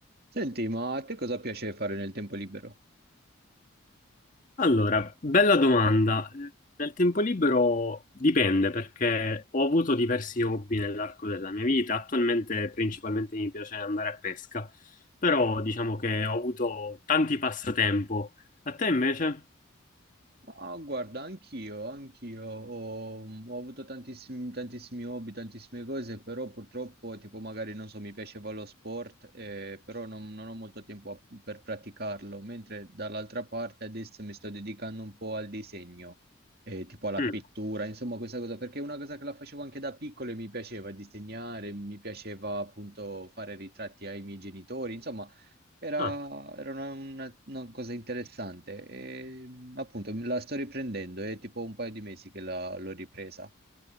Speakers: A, on the right (about 50°); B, on the left (about 40°).
A: Senti, ma a te cosa piace fare nel tempo libero?
B: Allora, bella domanda. Nel tempo libero dipende perché ho avuto diversi hobby nell'arco della mia vita. Attualmente principalmente mi piace andare a pesca, però diciamo che ho avuto tanti passatempo. A te invece?
A: Ma guarda, anch'io, anch'io ho, ho avuto tantissimi, tantissimi hobby, tantissime cose, però purtroppo, tipo magari, non so, mi piaceva lo sport, eh, però non, non ho molto tempo a- per praticarlo, mentre dall'altra parte adesso mi sto dedicando un po' al disegno, eh, tipo alla
B: Mm.
A: pittura, insomma questa cosa, perché è una cosa che la facevo anche da piccolo e mi piaceva disegnare, mi piaceva appunto fare ritratti ai miei genitori, insomma Era,
B: Ah,
A: era una, una- una cosa interessante. E, appunto, la sto riprendendo, è tipo un paio di mesi che la- l'ho ripresa.